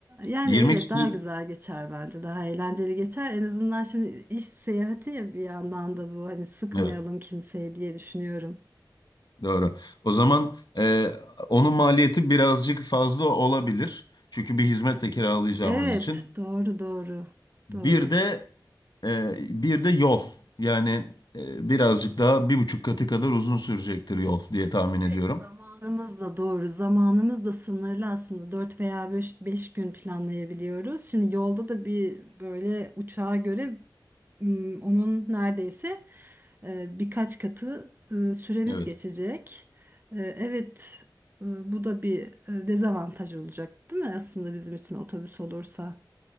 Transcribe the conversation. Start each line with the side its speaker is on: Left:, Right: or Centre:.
Right: Yani
Left: Yirmi
Right: evet
Left: kişilik,
Right: daha güzel geçer bence. Daha eğlenceli geçer. En azından şimdi iş seyahati ya bir yandan da bu hani sıkmayalım
Left: evet,
Right: kimseyi diye düşünüyorum.
Left: doğru. O zaman e, onun maliyeti birazcık fazla olabilir. Çünkü bir hizmetle kiralayacağımız
Right: Evet
Left: için.
Right: doğru doğru.
Left: Bir
Right: Doğru.
Left: de e, bir de yol. Yani e, birazcık daha bir buçuk katı kadar uzun sürecektir yol diye tahmin
Right: Evet,
Left: ediyorum.
Right: zamanımız da doğru. Zamanımız da sınırlı aslında. 4 veya 5 gün planlayabiliyoruz. Şimdi yolda da bir böyle uçağa göre m, onun neredeyse e, birkaç katı e, süremiz
Left: Evet.
Right: geçecek. E, Evet, e, bu da bir e, dezavantaj olacak, değil mi? Aslında bizim için otobüs olursa.